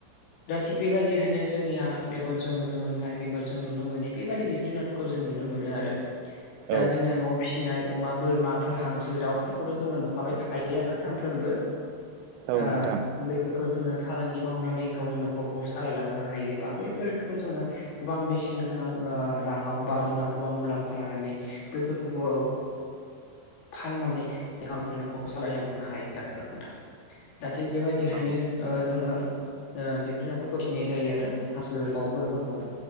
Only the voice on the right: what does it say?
औ
औ
नोंथां
औ